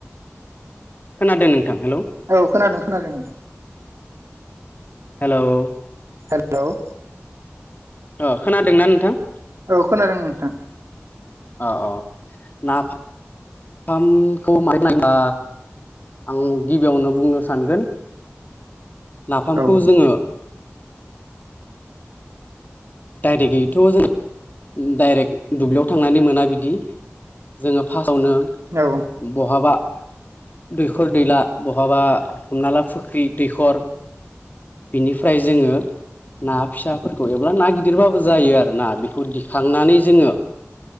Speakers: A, on the left; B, on the right.
A: खोनादों नोंथां हेल'?
B: औ खोनादों खोनादों।
A: हेल'
B: हेल'
A: अ खोनादोंना नोंथां?
B: औ खोनादों नोंथां।
A: औ औ न मखौ मैना आं गिबियावनो बुंनो सानगोन नाफामखौ
B: औ
A: जंङ डाइरेक्ट गैयैथ' जों डाइरेक्ट दुब्लियाव थांनानै मोना बिदि जंङो फार्स्टआवनो
B: औ
A: बहाबा दैखर दैला बहाबा हमना ला फुख्रि दैखर बिनिफ्राय जोङो ना फिसाफोरखौ एबा ना गिदिर गिदिरबाबो जायो आरो ना। बेखौ दिखांनानै जोंङो